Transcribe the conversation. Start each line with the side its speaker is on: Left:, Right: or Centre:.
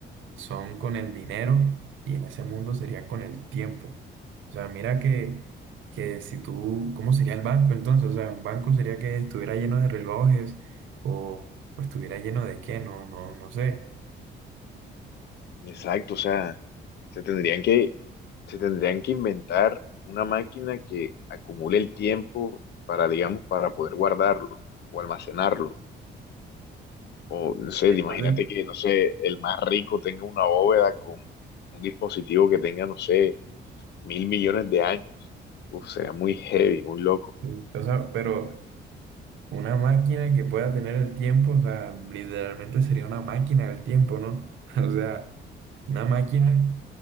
Right: son con el dinero y en ese mundo sería con el tiempo. O sea, mira que, que si tú, ¿cómo sería el banco entonces? O sea, un banco sería que estuviera lleno de relojes o, o estuviera lleno de qué, no, no, no sé.
Left: Exacto, o sea. Se tendrían que, se tendrían que inventar una máquina que acumule el tiempo para, digamos, para poder guardarlo o almacenarlo. O, no sé,
Right: Entonces,
Left: imagínate que, no sé, el más rico tenga una bóveda con un dispositivo que tenga, no sé, mil millones de años. Uf, sería muy heavy, muy loco.
Right: sí, o sea, pero una máquina que pueda tener el tiempo, o sea, literalmente sería una máquina del tiempo, ¿no? <laughs> O sea, una máquina